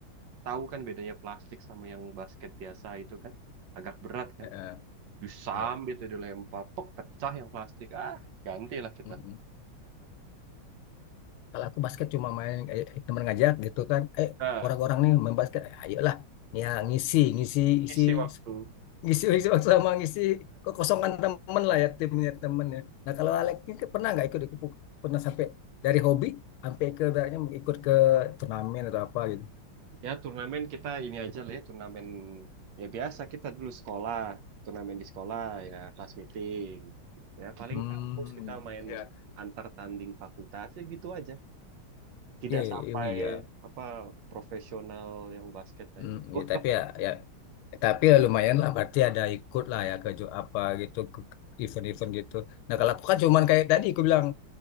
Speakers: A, on the right (about 70°); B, on the left (about 85°).
A: tahu kan bedanya plastik sama yang basket biasa itu kan. Agak berat kan.
B: Eh,
A: Disambit
B: iya.
A: tuh dilempar, pok pecah yang plastik. Ah, gantilah kita.
B: Mm-mm. Kalau aku basket cuma main eh, temen ngajak gitu kan. Eh
A: Nah,
B: orang-orang nih main basket, eh, ayolah. Ya ngisi, ngisi, isi,
A: isi waktu.
B: ngisi, ngisi waktu sama ngisi kekosongan temen lah ya timnya temennya. Nah kalau Alex ini kan pernah nggak ikut, ikut pernah sampai dari hobi sampai ke ibaratnya ikut ke turnamen atau apa gitu.
A: Ya turnamen kita ini aja lah ya, turnamen ya biasa kita dulu sekolah, turnamen di sekolah ya, kelas meeting. Ya paling
B: Hmm,
A: kampus kita main
B: iya,
A: antar tanding fakultas ya gitu aja. tidak
B: iya,
A: sampai
B: iya. iya.
A: apa profesional yang basket lah
B: Hmm,
A: ya. <laughs>
B: ya, tapi ya, ya tapi ya lumayan lah berarti ada ikut lah ya ke ju- apa gitu ke ke event-event gitu. Nah
A: Ya,
B: kalau aku kan cuman kayak tadi aku bilang